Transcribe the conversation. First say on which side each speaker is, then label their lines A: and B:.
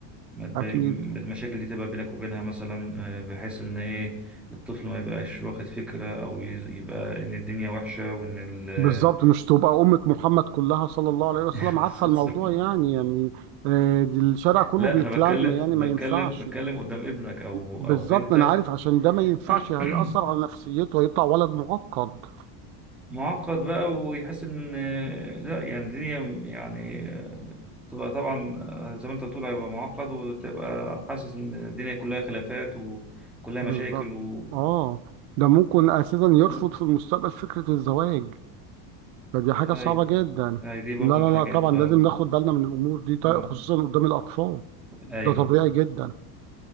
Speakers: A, in the centre; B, on the right.
A: ما تبي-
B: اكيد
A: م- المشاكل دي تبقى بينك وبينها مثلا آه، بحيث ان ايه الطفل ما يبقاش واخد فكرة او يز- يبقى ان الدنيا وحشة وان ال
B: بالظبط مش تبقى أمة محمد كلها صلى الله عليه وسلم
A: <laughs>
B: عارفة
A: سنسور.
B: الموضوع يعني يعني آه، دي الشارع كله
A: لا
B: بيتلم
A: انا بتكلم
B: يعني
A: بتكلم
B: ما ينفعش
A: بتكلم قدام ابنك او
B: بالظبط
A: او بنتك
B: أنا عارف عشان ده ما ينفعش
A: <clears throat>
B: هيأثر على نفسيته هيطلع ولد معقد
A: معقد بقى ويحس ان آه، لا يعني الدنيا يعني آه، تبقى طبعا آه، زي ما انت بتقول هيبقى معقد وتبقى حاسس ان الدنيا كلها خلافات وكلها مشاكل
B: بالظبط
A: و...
B: آه ده ممكن أساسا يرفض
A: و...
B: في المستقبل فكرة الزواج فدي حاجة
A: ايوه
B: صعبة جدا
A: أيوة، دي برضو
B: لا لا
A: من الحاجات
B: لا طبعا
A: اه
B: لازم ناخد بالنا من الأمور دي طيب،
A: مم.
B: خصوصا قدام الأطفال
A: ايوه
B: ده طبيعي جدا